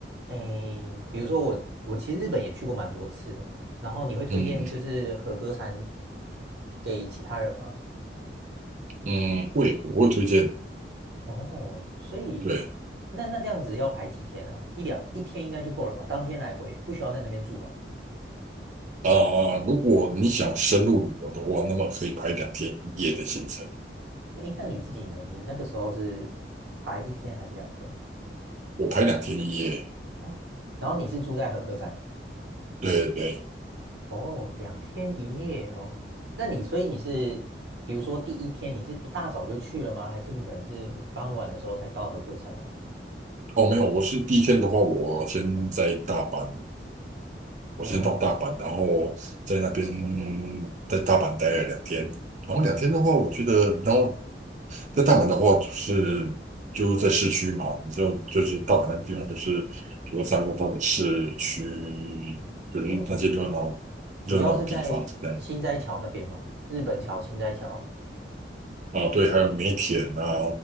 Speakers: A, on the right; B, on the right.
A: 诶，比如说我我其实日本也去过蛮多次的，然后你会推荐就是和歌山
B: 嗯
A: 给其他人吗？
B: 嗯，会我会推荐。
A: 哦，所以那那这样子要排几天啊？
B: 对
A: 一两一天应该就够了吧？当天来回不需要在那边住吧？
B: 啊、如果你想深入旅游的话，那么可以排两天一夜的行程。
A: 那诶，那你自己呢？你那个时候是排一天还是两天啊？
B: 我排两天一夜，
A: 哦，然后你是住在和歌山。
B: 对对对，
A: 哦，两天一夜哦。那你所以你是，比如说第一天你是一大早就去了吗？还是你可能是傍晚的时候才到和歌山呢、
B: 哦，没有，我是第一天的话，我先在大阪，我先到大阪，
A: 哦，
B: 然后在那边在大阪待了两天，然后两天的话，我觉得，然后在大阪的话，就是就在市区嘛，你就就是大阪那个地方，就是比如三宫或的市区，就是那些热闹热闹的地方这样，
A: 因为主主要是在新斋桥那边吗？日本桥、新斋桥。
B: 啊，对，还有梅田啊，